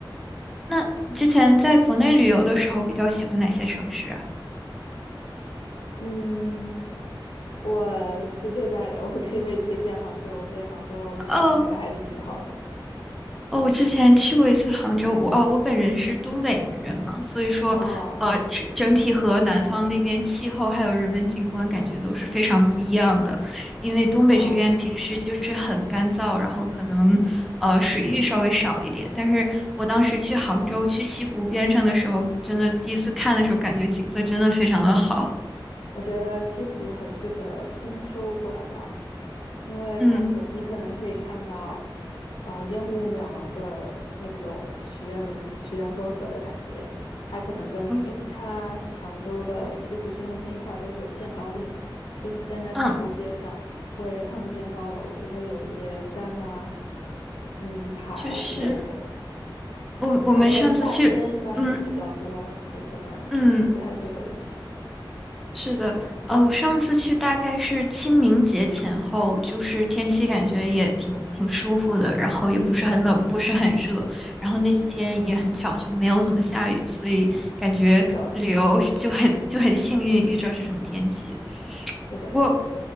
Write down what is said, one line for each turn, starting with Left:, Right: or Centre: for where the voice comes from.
Centre: 那你之前在国内旅游的时候，比较喜欢哪些城市啊？
Left: 嗯，我是浙江人，我可以为你推荐杭州，我觉得杭州旅行还还是挺好的。
Centre: 哦，哦，我之前去过一次杭州，我哦，我本人是东北人嘛，所以说，
Left: 哦。
Centre: 呃，整整体和南方那边气候还有人文景观感觉都是非常不一样的。因为东北这边平时就是很干燥，
Left: 嗯，
Centre: 然后可能呃水域稍微少一点。但是我当时去杭州去西湖边上的时候，真的第一次看的时候，感觉景色真的非常的好。
Left: 我觉得西湖很适合春秋过来玩儿，因为它可你可能可以看到，
Centre: 嗯
Left: 呃，烟雾渺茫的那种曲院曲院风荷的感觉。它可能跟因为它杭州的西湖市中心一块都是有限高令的，
Centre: 我
Left: 所以你站在西湖边上会看不见高楼，
Centre: 嗯，
Left: 就会有一些山啊、嗯塔呀、
Centre: 就是
Left: 之类的。
Centre: 我我们上次去，
Left: 而且夏天一般人比较多嘛，
Centre: 嗯
Left: 就可能不太适合旅行。
Centre: 嗯。是的，呃，我上次去大概是清明节前后，就是天气感觉也挺挺舒服的，然后也不是很冷，
Left: 嗯，
Centre: 不是很热，然后那几天也很巧就没有怎么下雨，所以感觉旅游
Left: 是的。
Centre: <laughs> 就很就很幸运遇到这种天气。
Left: 是的，
Centre: 不过
Left: 是的，